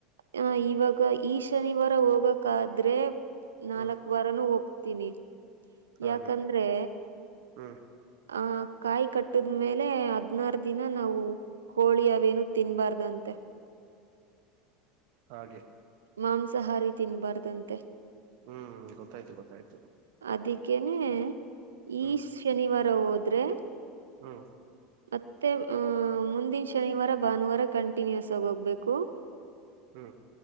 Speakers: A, on the right; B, on the right.
A: ಹ ಇವಾಗ ಈ ಶನಿವಾರ ಹೋಗಕಾದ್ರೆ ನಾಲ್ಕ
B: ಹ್ಮ್
A: ವಾ ನ ಹೋಗ್ತೀನಿ.
B: ಹಾಗೆ
A: ಯಾಕಂದ್ರೆ
B: ಹ್ಮ
A: ಆ ಕಾಯಿ ಕಟ್ಟದ್ಮೇಲೆ ಹದ್ನಾರ ದಿನ ನಾವು ಹೋಳಿ ಅವೇನು ತಿನ್ಬಾರ್ದಂತೆ.
B: ಹಾಗೆ
A: ಮಾಂಸಾಹಾರಿ ತಿನ್ಬಾರ್ದಂತೆ.
B: ಹ್ಮ ಗೊತ್ತಾಯ್ತು ಗೊತ್ತಾಯ್ತು.
A: ಅದಕ್ಕೇನೆ
B: ಹ್ಮ್
A: ಈ ಶನಿವಾರ ಹೋದ್ರೆ
B: ಹ್ಮ
A: ಮತ್ತೆ ಅ ಮುಂದಿನ ಶನಿವಾರ ಭಾನುವಾರ ಕಂಟಿನ್ಯೂಸ್ ಆಗಿ ಹೋಗ್ಬೇಕು.
B: ಹ್ಮ